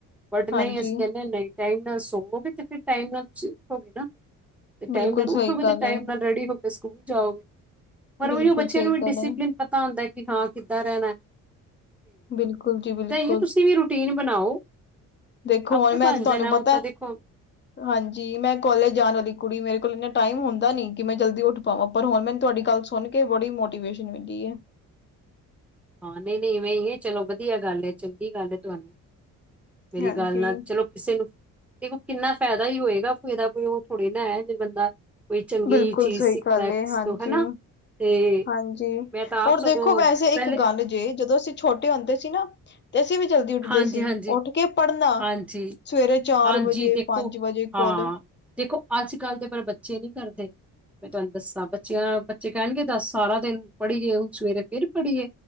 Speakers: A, in the centre; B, on the left.
A: ਬਟ ਨਹੀਂ
B: ਹਾਂਜੀ
A: ਅਸੀਂ ਕੇਹਦੇ ਨਈ। ਟਾਈਮ ਨਾਲ ਸੋਵੋਗੇ ਤੇ ਫਿਰ ਟਾਈਮ ਨਾਲ ਤੁਸੀਂ ਉੱਠੋਗੇ ਨਾ, ਤੇ ਟਾਈਮ
B: ਬਿਲਕੁਲ
A: ਨਾਲ ਉੱਠੋਗੇ
B: ਸਹੀ ਗੱਲ
A: ਤੇ ਟਾਈਮ
B: ਏ
A: ਨਾਲ ਰੈਡੀ ਹੋ ਕੇ ਸਕੂਲ ਜਾਓਗੇ, ਪਰ
B: ਬਿਲਕੁਲ
A: ਉਹੀ ਉਹ ਬੱਚਿਆਂ
B: ਸਹੀ
A: ਨੂੰ ਵੀ
B: ਗੱਲ
A: ਡਿਸਿਪਲਿਨ
B: ਹੈ,
A: ਪਤਾ ਹੁੰਦਾ ਆ ਕਿ ਹਾਂ ਕਿੱਦਾਂ ਰੈਣਾ,
B: ਬਿਲਕੁਲ ਜੀ ਬਿਲਕੁਲ।
A: ਕੀ ਤੁਸੀਂ ਵੀ ਰੂਟੀਨ ਬਣਾਓ,
B: ਦੇਖੋ
A: ਆਪੇ
B: ਹੁਣ ਮੈਂ
A: ਬਣ
B: ਤੇ ਤਾਨੂੰ
A: ਜਾਣਾ
B: ਪਤਾ
A: ਉਹ ਤਾਂ ਦੇਖੋ
B: ਹਾਂਜੀ ਮੈਂ ਕੋਲਜ ਜਾਣ ਵਾਲੀ ਕੁੜੀ, ਮੇਰੇ ਕੋਲ ਇੰਨਾ ਟਾਈਮ ਹੁੰਦਾ ਨੀ ਕਿ ਮੈਂ ਜਲਦੀ ਉੱਠ ਹਾ ਪਰ ਹੁਣ ਮੈਨੂੰ ਤੁਹਾਡੀ ਗੱਲ ਸੁਣ ਕੇ ਬੜੀ ਮੋਟੀਵੇਸ਼ਨ ਮਿਲੀ ਏ।
A: ਹਾਂ, ਨਹੀਂ -ਨਹੀਂ ਇਵੇਂ ਨੀ ਏ, ਚਲੋ ਵਧੀਆ ਗੱਲ ਏ, ਚੰਗੀ ਗੱਲ ਏ ਤੁਹਾਨੂੰ ਮੇਰੀ
B: ਹਾਂਜੀ,
A: ਗੱਲ ਨਾਲ ਚਲੋ- ਕਿਸੇ ਨੂੰ ਦੇਖੋ, ਕਿੰਨਾ ਫਾਇਦਾ ਈ ਹੋਏਗਾ, ਏਹਦਾ ਕੋਈ ਓਹ ਥੋੜ੍ਹੇ ਨਾ ਜੇ ਬੰਦਾ ਕੋਈ ਚੰਗੀ
B: ਬਿਲਕੁਲ
A: ਚੀਜ਼
B: ਸਹੀ
A: ਸਿੱਖਦਾ
B: ਗੱਲ
A: ਕਿਸੇ
B: ਏ ਹਾਂਜੀ,
A: ਤੋਂ ਹਨਾ, ਤੇ
B: ਹਾਂਜੀ
A: ਮੈਂ ਤਾਂ ਆਪ
B: ਹੋਰ
A: ਸਗੋਂ
B: ਦੇਖੋ ਵੈਸੇ
A: ਪਹਿਲੇ
B: ਇੱਕ ਗੱਲ ਜੇ, ਜਦੋਂ ਅਸੀਂ ਛੋਟੇ ਹੁੰਦੇ ਸੀ ਨਾ ਤੇ ਅਸੀਂ ਵੀ ਜਲਦੀ ਉੱਠਦੇ
A: ਹਾਂਜੀ
B: ਸੀ,
A: ਹਾਂਜੀ
B: ਉੱਠ ਕੇ ਪੜ੍ਹਨਾ,
A: ਹਾਂਜੀ
B: ਸਵੇਰੇ ਚਾਰ
A: ਹਾਂਜੀ
B: ਵਜੇ,
A: ਦੇਖੋ
B: ਪੰਜ ਵਜੇ
A: ਹਾਂ
B: ਕੋਲਜ,
A: ਦੇਖੋ ਅੱਜ -ਕੱਲ੍ਹ ਦੇ ਪਰ ਬੱਚੇ ਨਈ ਕਰਦੇ। ਮੈਂ ਤੁਹਾਨੂੰ ਦੱਸਾਂ ਬੱਚੇਆਂ, ਬੱਚੇ ਕੈਣਗੇ ਦਸ ਸਾਰਾਂ ਦਿਨ ਪੜ੍ਹੀਏ ਹੁਣ ਸਵੇਰੇ ਫਿਰ ਪੜ੍ਹੀਏ,